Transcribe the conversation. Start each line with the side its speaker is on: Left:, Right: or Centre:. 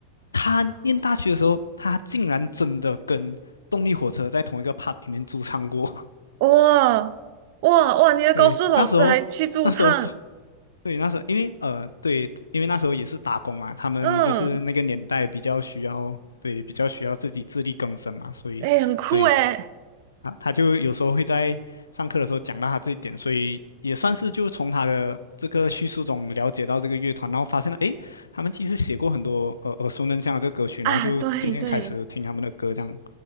Left: 他念大学的时候，他竟然真的跟动力火车在同一个 pub 里面驻唱过。
Right: <laughs> 哇哇哇，
Left: <laughs>
Right: 你的高数老师还去驻唱，
Left: 对，那时候，那时候，对，那时候，因为呃，对，因为那时候也是打工嘛，他们就是那个年代比较需要，
Right: 嗯，
Left: 对，比较需要自己自力更生嘛，所以，
Right: 哎，很酷哎，
Left: 对，啊，他就有时候会在上课的时候讲到他这一点，所以也算是就从他的这个叙述中了解到这个乐团，然后发现了，诶，他们其实写过很多呃耳熟能详的这个歌曲，
Right: 啊，
Left: 然后就渐渐开始听他们的歌这样。
Right: 对对。